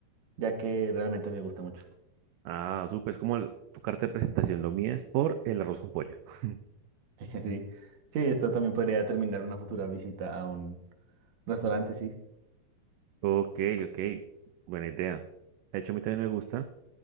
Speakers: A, on the right; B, on the right.
A: ya que realmente me gusta mucho.
B: Ah, súper, es como el- tu carta de presentación, lo mío es por el arroz con pollo. <laughs>
A: <laughs> Sí, sí, esto también podría determinar una futura visita a un restaurante, sí.
B: Ok, ok, buena idea. De hecho, a mí también me gusta